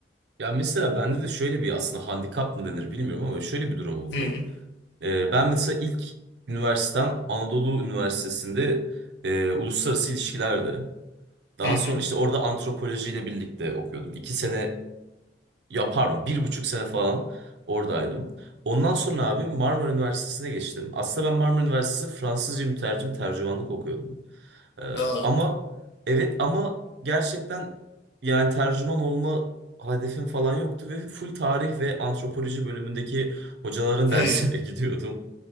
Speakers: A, on the right; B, on the left.
A: Ya mesela bende de şöyle bir aslında handikap mı denir bilmiyorum ama şöyle bir durum oldu.
B: Hı
A: E, ben mesela ilk üniversitem Anadolu Üniversitesi'nde e, uluslararası ilişkilerdi. Daha
B: hı hı.
A: sonra işte orada antropolojiyle birlikte okuyordum. İki sene Ya pardon bir buçuk sene falan oradaydım. Ondan sonra abi Marmara Üniversitesi'ne geçtim. Aslında ben Marmara Üniversitesi Fransızca mütercim tercümanlık okuyordum. Ee,
B: Na.
A: ama evet ama gerçekten yani tercüman olma hedefim falan yoktu ve full tarih ve antropoloji bölümündeki hocaların
B: Hı.
A: <laughs> dersine gidiyordum.